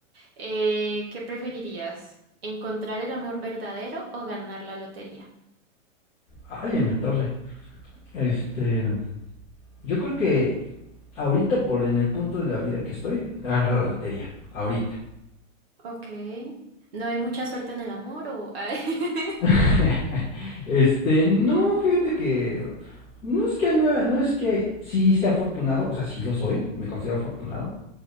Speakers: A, on the right (about 50°); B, in the centre.
A: Eh, ¿qué preferirías? ¿Encontrar el amor verdadero o ganar la lotería?
B: Ay, en la torre. Este, yo creo que ahorita, por en el punto de la vida que estoy, ganar la lotería. Ahorita.
A: Ok. ¿No hay mucha suerte en el amor o...? Ay, <laughs>
B: <laughs> Este, no, fíjate que no es que no, no es que sí sea afortunado, o sea, sí lo soy, me considero afortunado,